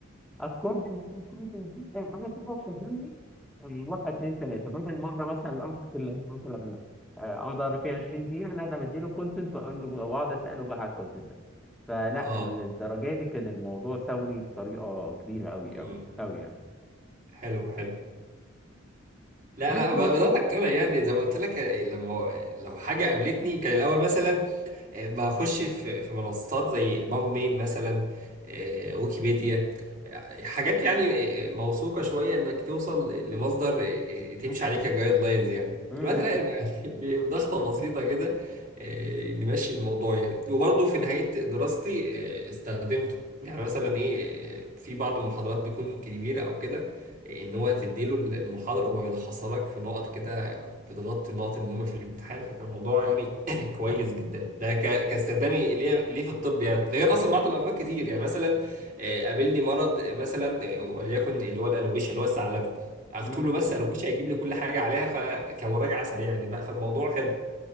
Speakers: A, in the centre; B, on the right.
A: اكورد ان انا كنت نزلت انا كده فهمني آه، واحد اتنين تلاته بدل ما اقرا مثلا الارتكل اللي هي مثلا آه، اقعد اقرا فيها 20 دقيقه لا انا بديله كونتنت واقول له واقعد اساله بقى على الكونتنت ده فلا
B: اه
A: ال- الدرجه دي كان الموضوع ثوري بطريقه كبيره قوي
B: مم.
A: قوي قوي يعني
B: حلو حلو لا
A: بس
B: لا ب-
A: برضو
B: بدات اقتنع يعني زي ما قلت لك آه، لما لو حاجه قابلتني كان الاول مثلا آه، بخش في في منصات زي بام ميل مثلا آه، ويكيبيديا آه، حاجات يعني آه، آه، موثوقه شويه انك توصل لمصدر آه، آه، تمشي عليه كجايد لاينز يعني
A: مم،
B: دلوقتي لا
A: مم،
B: يعني <laughs> بضغطه بسيطه كده آه، نمشي الموضوع يعني وبرضه في نهايه دراستي آه، استخدمته يعني مثلا ايه آه، في بعض المحاضرات بتكون كبيره او كده ان هو تديله المحاضره هو يلخصها لك في نقط كده بتغطي النقط المهمه في الامتحان فكان الموضوع يعني <clears throat> كويس جدا ده ك- كاستخدامي ليه ليه في الطب يعني ده غير اصلا بعض الامراض كتير يعني مثلا آه، قابلني مرض آه، مثلا آه، وليكن اللي هو الالوبيشيا اللي هو الثعلب اكتب
A: مم،
B: له بس الوبيشيا يجيب لي كل حاجه عليها فكمراجعه سريعه يعني لا فالموضوع حلو